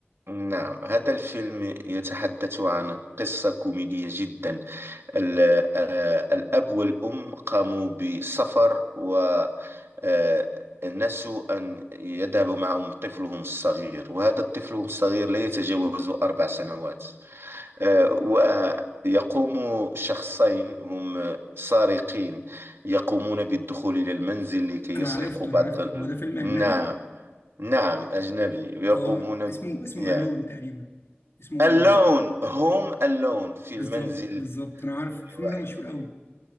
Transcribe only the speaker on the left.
انا
عرفته
انا عرفته
هو ده فيلم
اجنبي
اه اسمه
اسمه
الون تقريبا اسمه
الون
بالظبط
بالظبط انا عارف
الفيلم ده مشهور قوي